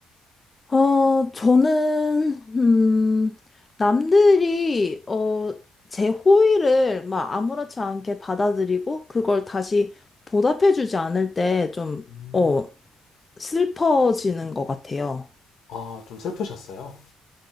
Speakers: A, on the left; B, on the left.
A: 어, 저는, 음, 남들이, 어, 제 호의를 막 아무렇지 않게 받아들이고, 그걸 다시 보답해주지 않을 때 좀,
B: 음.
A: 어, 슬퍼지는 것 같아요.
B: 아, 좀 슬프셨어요.